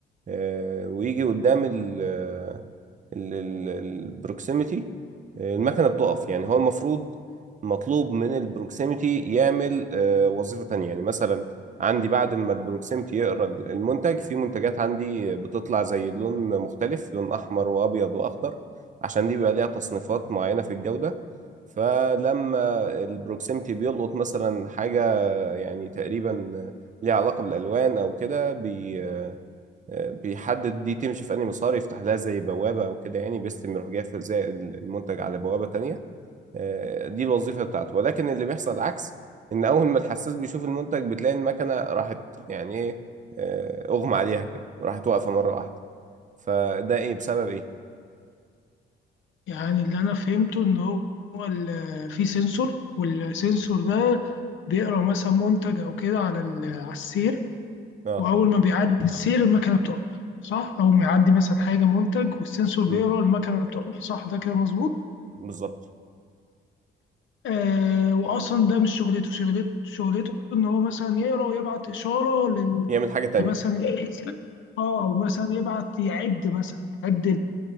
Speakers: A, on the right; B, on the left.
A: آه، ويجي قدام ال آه، ال- ال- البروكسيميتي آه، المكنة بتقف يعني هو المفروض مطلوب من البروكسيميتي يعمل آه، وظيفة تانية يعني مثلا عندي بعد ما البروكسيميتي يقرأ المنتج في منتجات عندي بتطلع زي لون مختلف لون أحمر وأبيض وأخضر عشان دي بيبقى ليها تصنيفات معينة في الجودة فلما البروكسيمتي بيلقط مثلا حاجة يعني تقريبا ليها علاقة بالألوان أو كده بي بيحدد دي تمشي في أنهي مسار يفتح لها زي بوابة أو كده يعني بيستلم يروح جاي في- زي المنتج على بوابة تانية آه، دي الوظيفة بتاعته ولكن اللي بيحصل العكس إن أول ما الحساس بيشوف المنتج بتلاقي المكنة راحت يعني إيه آه، أغمى عليها كده راحت واقفة مرة واحدة فده إيه بسبب إيه؟
B: يعني اللي انا فهمته ان هو ال- في سنسور والسنسور ده بيقرا مثلا منتج او كده على ال- على السير
A: أه
B: واول ما بيعدي السير المكنه بتقف صح او ما يعدي مثلا حاجه منتج والسنسور
A: مم،
B: بيقرا المكنه بتقف صح ده كده مظبوط
A: بالظبط
B: آه واصلا ده مش شغلته شغلته شغلته ان هو مثلا يقرا ويبعت اشاره لل
A: يعمل حاجة تانية
B: لمثلا اه او مثلا يبعت يعد مثلا يعد